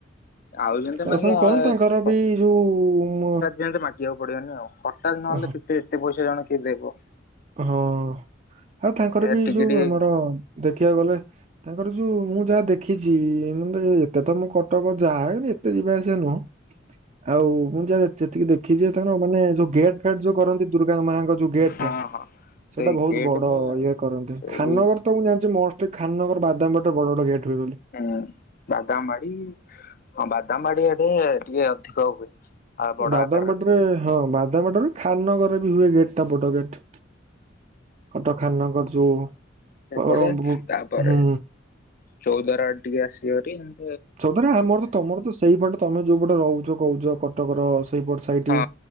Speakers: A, on the left (about 50°); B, on the right (about 35°).
A: ଆଉ। <unintelligible>
B: କରସନ କରନ୍ତି ତାଙ୍କର ବି
A: ହଠାତ୍
B: ଯୋଉ ମ
A: ଯେମିତି ମାଗିବାକୁ ପଡିବନି ଆଉ। ହଠାତ୍ ନହେଲେ
B: ହଁ
A: କେତେ ଏତେ ପଇସା ଜଣ କିଏ ଦେବ।
B: ହଁ ଆଉ ତାଙ୍କର
A: ସେ
B: ବି
A: ଟିକେ
B: ଯୋଉ
A: ଟିକେ
B: ଆମର ଦେଖିବାକୁ ଗଲେ ତାଙ୍କର ଯୋଉ ମୁଁ ଯାହା ଦେଖିଛି ମେ ଏତେ ତ ମୁଁ କଟକ ଯାଏନି କି ଏତେ ଯିବା ଆସିବା ନୁହଁ ଆଉ ମୁଁ ଯାହା ଯେତିକି ଦେଖିଛି ଏଥର ମାନେ ଯୋଉ ଗେଟ ଫେଟ ଯୋଉ କରନ୍ତି ଦୁର୍ଗା ମାଙ୍କର ଯୋଉ ଗେଟା
A: ହଁ
B: ଟା
A: ହଁ
B: ସେଇଟା
A: ସେଇ
B: ବହୁତ
A: ଗେଟ୍
B: ବଡ
A: ହିଁ
B: ଇଏ କରନ୍ତି।
A: ସେଇ
B: ଖାନନଗର ତ ମୁଁ ଜାଣିଛି ମଷ୍ଟ ଖାନନଗର ବାଦାମବାଡିରେ ବଡ ବଡ ଗେଟ୍ ହୁଏ ବୋଲି।
A: ହୁଁ ବାଦାମ ବାଡି ହଁ ବାଦାମ ବାଡିଆଡେ ଟିକେ ଅଧିକ ହୁଏ। ଆଉ ବଡ
B: ବାଦାମବାଡିରେ
A: ଆକାରରେ ହୁଏ
B: ହଁ ବାଦାମବାଡିରେ ଖାନନଗର ରେ ବି ହୁଏ ଗେଟ୍ ଟା ବଡ ଗେଟ୍। କଟକ ଖାନନଗର ଯୋଉ
A: ସେପଟେ
B: ଅ ବୁ-
A: ତାପରେ
B: ହୁଁ
A: ଚୌଦ୍ୱାର ଆଡେ ଟିକେ ଆସିବ ଭାରି ଆଉ।
B: ଚୌଦ୍ୱାର ଆମର ତମର ତ ସେଇପଟ ତମେ ଯୋଉପଟେ ରହୁଛ କହୁଛ କଟକର ସେଇପଟ ସେଇଠି
A: ହଁ